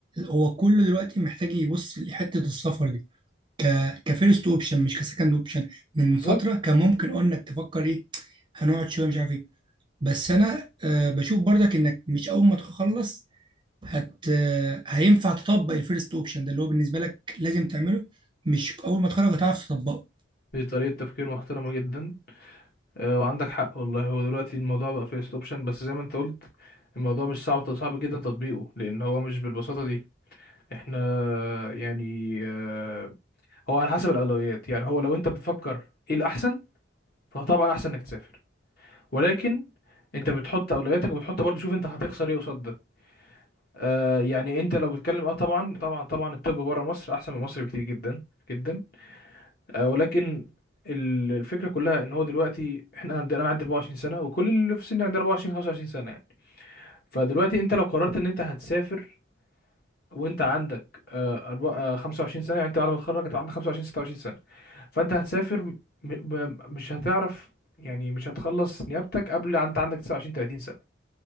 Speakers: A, on the right; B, on the left.
A: هو كله دلوقتي محتاج يبص لحته السفر دي ك كفيرست اوبشن مش كسكند اوبشن من
B: بالظبط
A: فتره كان ممكن قلنا انك تفكر ايه هنقعد شويه مش عارف ايه بس انا آه، بشوف برضك انك مش اول ما تخلص هت آه، هينفع تطبق الفيرست اوبشن ده اللي هو بالنسبه لك لازم تعمله مش اول ما تخرج هتعرف تطبقه
B: دي طريقة تفكير محترمة جدا آه، وعندك حق والله هو دلوقتي الموضوع بقى فيه اوبشن بس زي ما انت قلت الموضوع مش صعب صعب جدا تطبيقه لان هو مش بالبساطة دي احنا آه، يعني آه، هو على حسب الاولويات يعني هو لو انت بتفكر ايه الاحسن فطبعا احسن انك تسافر ولكن انت بتحط اولوياتك وبتحط برضو شوف انت هتخسر ايه قصاد ده آه يعني انت لو بتتكلم اه طبعا طبعا طبعا الطب بره مصر احسن من مصر بكتير جدا جدا آه ولكن ال- الفكره كلها ان هو دلوقتي احنا عندي انا عندي 24 سنه وكل اللي في سني عندي 24 25 سنه يعني فدلوقتي انت لو قررت ان انت هتسافر وانت عندك آه أربع- آه 25 سنه يعني انت بعد ما تتخرج انت عندك 25 26 سنه فانت هتسافر م... ب... مش هتعرف يعني مش هتخلص نيابتك قبل انت عندك 29 30 سنه